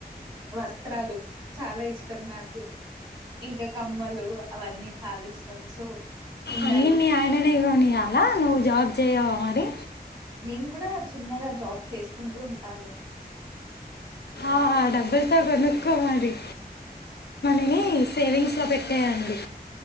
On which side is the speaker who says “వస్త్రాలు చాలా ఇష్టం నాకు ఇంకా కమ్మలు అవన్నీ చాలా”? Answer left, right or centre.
Right